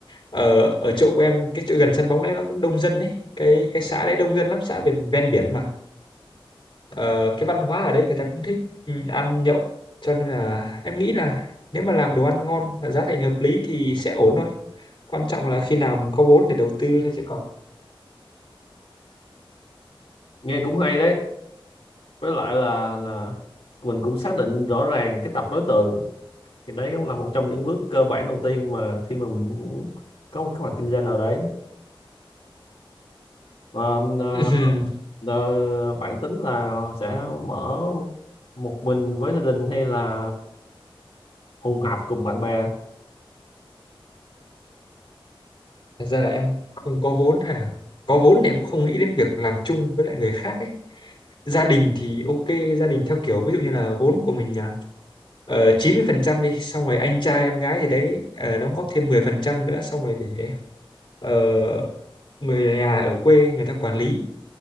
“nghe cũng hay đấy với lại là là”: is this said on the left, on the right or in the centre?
Left